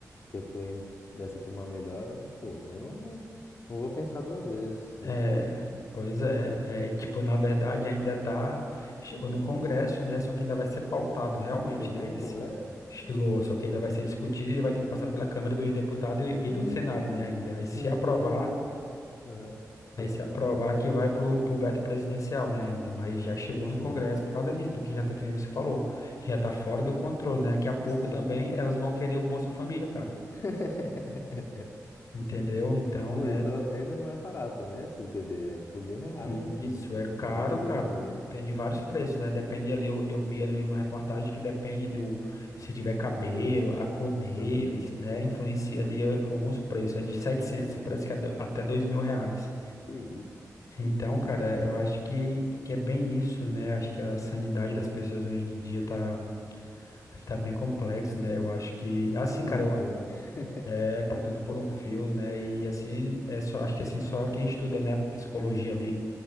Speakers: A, on the left (about 55°); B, on the left (about 70°).
A: que eu tô indo dessa pra uma melhor, pô, eu não, não vou pensar duas vezes, me
B: É,
A: desculpe.
B: pois é, é, tipo, na verdade ainda tá, chegou no Congresso, né, só que ainda vai ser pautado, realmente,
A: Chegou
B: né, ainda
A: no
B: se
A: Congresso?
B: chegou, só que ainda vai ser discutido e vai ter que passar pela Câmara dos Deputados e,
A: E,
B: e do Senado, né, ainda, aí se
A: e não
B: aprovar,
A: teria. Aham,
B: aí
A: Pode
B: se
A: continuar,
B: aprovar
A: perdão.
B: que vai pro, pro veto presidencial, né, ainda, mas já chegou
A: Sim,
B: no Congresso por causa disso, porque já tá, que nem você falou, já tá fora do controle, né, daqui a pouco
A: sim.
B: também elas vão querer o Bolsa Família, cara,
A: <laughs>
B: entendeu? Então,
A: Pô,
B: né,
A: eu tava vendo, não é barato, né? Esses bebês. É tipo mil reais,
B: Isso,
A: hum,
B: é
A: mil,
B: caro, cara.
A: dois mil.
B: Tem de vários preços, né? Depende ali, eu, eu vi ali uma reportagem que depende do se tiver cabelo, a cor deles,
A: Aham.
B: né? Influencia ali eh, alguns preços. É de 700,
A: Caramba,
B: parece que é do- até dois mil reais.
A: que isso.
B: Então, cara, eu acho que, que é bem isso, né? Acho que a sanidade das pessoas hoje em dia tá, tá bem complexo, né? Eu acho que, assim,
A: Por
B: cara,
A: um
B: eu-
A: fio, né? <laughs>
B: é, tá tudo por um fio, né? E assim, é só, acho que assim, só quem estuda, né, psicologia ali